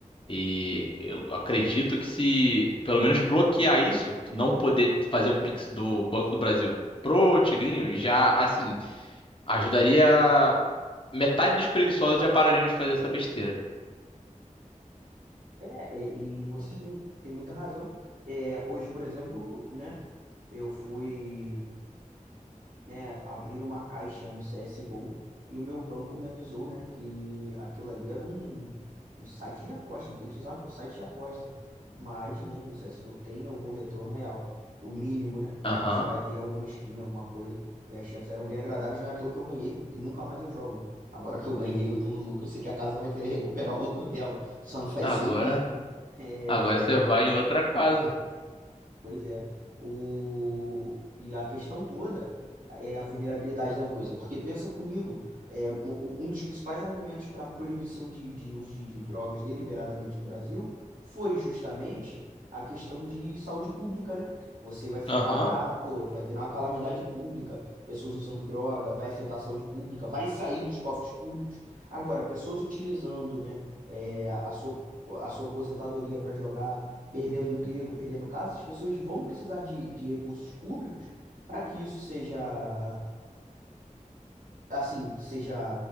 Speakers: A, on the left; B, on the right.
A: E eu acredito que se pelo menos bloquear isso, que não poder fazer um Pix do Banco do Brasil pro Tigrinho, já assim, ajudaria metade dos preguiçosos já parariam de fazer essa besteira.
B: É, e e você tem, tem muita razão. É, hoje, por exemplo, né? Eu fui né, abriram uma caixa no CSGO e o meu banco me avisou, né, que aquilo ali era um, um site de aposta, um Pix usado por site de aposta. Mas, né, no CSGO tem algum retorno real, o mínimo, né?
A: Aham.
B: Você vai ter alguma skin, alguma coisa, e as chances eram bem agradáveis, não é à toa que eu ganhei e nunca mais eu jogo. né? Agora que eu ganhei, eu tô no lucro, eu sei que a casa vai querer <laughs> recuperar o lucro dela, só não vai
A: Agora
B: ser em mim. <laughs> É...
A: Agora você vai em outra casa.
B: Pois é. O... E a questão toda é a vulnerabilidade da coisa. Porque pensa comigo, é, um, o- um dos principais argumentos para a proibição de, de uso de, de drogas deliberadamente no Brasil foi justamente a questão de saúde pública, né? Você vai ficar,
A: Aham.
B: ah, pô, vai virar uma calamidade pública, pessoas usando droga, vai afetar a saúde pública, vai sair dos cofres públicos. Agora, pessoas utilizando, né, é, a sua, a sua aposentadoria para jogar perdendo emprego, perdendo casa, essas pessoas vão precisar de, de recursos públicos para que isso seja assim, seja,